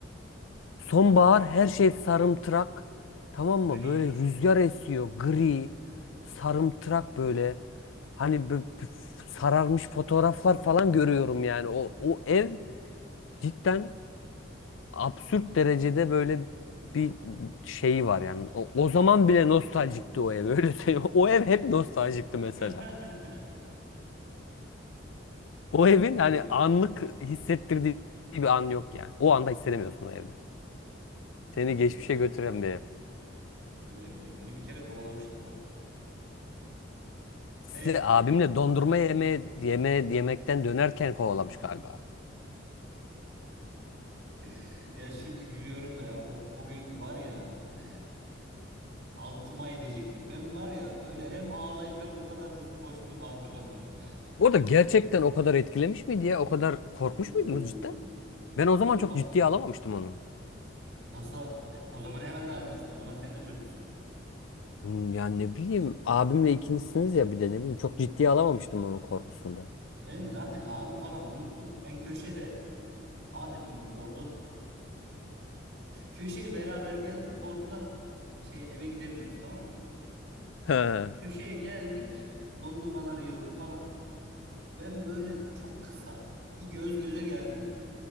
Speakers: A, on the left (about 75°); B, on the right (about 60°).
A: Sonbahar
B: Sarı,
A: her şey sarımtırak. Tamam
B: gri.
A: mı? Böyle rüzgar esiyor gri sarımtırak böyle. Hani bö- bö- sararmış fotoğraflar falan görüyorum yani. O, o ev cidden absürt derecede böyle bir şeyi var yani. O, o zaman bile nostaljikti o ev öyle söyleyeyim. <laughs> O ev hep nostaljikti mesela.
B: <laughs>
A: O evin hani
B: Öyle.
A: anlık hissettirdiği bir an yok yani. O anda hissedemiyorsun o evde. Seni
B: Doğru.
A: geçmişe
B: Benim
A: götüren bir ev.
B: öyle öyle. Beni bir kere kovalamıştı bu arada.
A: Sizi
B: Ve
A: abimle dondurma yeme, yeme yemekten dönerken kovalamış galiba.
B: <laughs> ya şimdi gülüyorum da ya o, o gün var ya e, altıma edecektim. Ben var ya böyle hem ağlayıp hem o kadar hızlı koştuğumu hatırlamıyorum yani.
A: Bu da gerçekten o kadar etkilemiş miydi ya? O kadar korkmuş
B: Oo.
A: muydunuz cidden? Ben o zaman
B: Oğlum
A: çok
B: bak
A: ciddiye alamamıştım onu.
B: nasıl ya, o zaman herhalde almasın. O zaman sen de çocuksun.
A: Hmm, Yani ne bileyim abimle ikincisiniz ya bir de ne bileyim çok ciddiye alamamıştım onun korkusunda.
B: Ben zaten abimi falan unuttum. Ben köşede a dedim orada köşeye beraber geldik. Korkudan şeye eve gidemiyoruz tamam mı?
A: Ha.
B: Köşeye geldik. Dondurmaları yiyoruz falan. Ben böyle çok kısa bir göz göze geldim.